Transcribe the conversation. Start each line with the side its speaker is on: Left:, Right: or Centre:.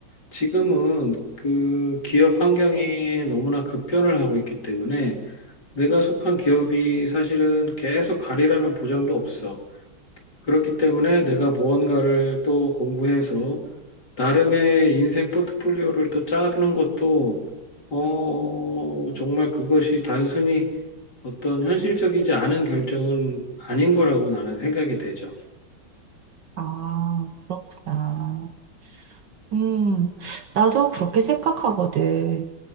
Left: 지금은 그 기업 환경이 너무나 급변을 하고 있기 때문에 내가 속한 기업이 사실은 계속 가리라는 보장도 없어. 그렇기 때문에 내가 무언가를 또 공부해서 나름의 인생 포트폴리오를 또 짜는 것도 어 정말 그것이 단순히 어떤 현실적이지 않은 결정은 아닌 거라고 나는 생각이 되죠.
Right: 아, 그렇구나. 음, 나도 그렇게 생각하거든.